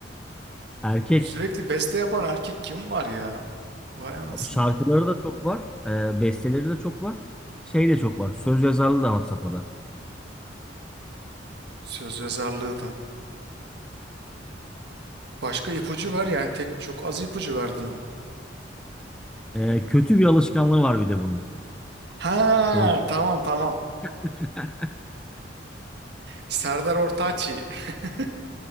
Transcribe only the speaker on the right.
Sürekli beste yapan erkek kim var ya? Vay anasını.
Söz yazarlığı da. Başka ipucu ver yani tek çok az ipucu verdin ama.
Ha
tamam tamam.
Serdar Ortaç'ı. <laughs>